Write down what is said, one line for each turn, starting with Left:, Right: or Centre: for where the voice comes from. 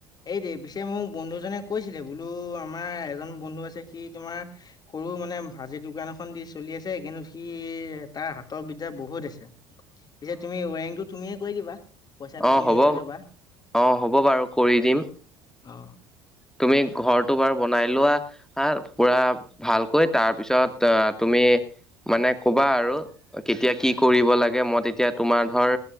Left: এই দেই পিছে মোক বন্ধুজনে কৈছিলে বোলো আমাৰ এজন বন্ধু আছে সি তোমাৰ সৰু মানে ভাজিৰ দোকান এখন দি চলি আছে কিন্তু সি তাৰ হাতৰ বিদ্যা বহুত আছে। পিছে তুমি ৱেৰিংটো তুমিয়ে কৰি দিবা। পইচাটো
Centre: অঁ
Left: তুমিয়ে
Centre: হ'ব
Left: লৈ ল'বা অ
Centre: অঁ হ'ব বাৰু কৰি দিম।
Left: অ।
Centre: তুমি ঘৰটো বাৰু বনাই লোৱা হা পুৰা ভালকৈ তাৰপিছত আহ তুমি মানে কবা আৰু কেতিয়া কি কৰিব লাগে মই তেতিয়া তোমাৰ ধৰ